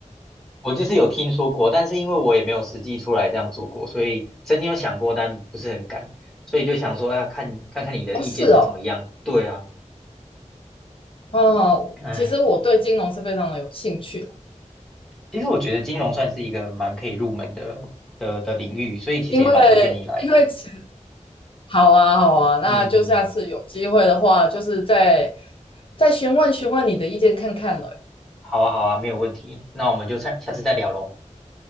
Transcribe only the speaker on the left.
哦，是哦，
哦，
其实我对金融是非常的有兴趣的
因为因为其实好啊，好啊，那就下次有机会的话，
就是再再询问询问你的意见看看了。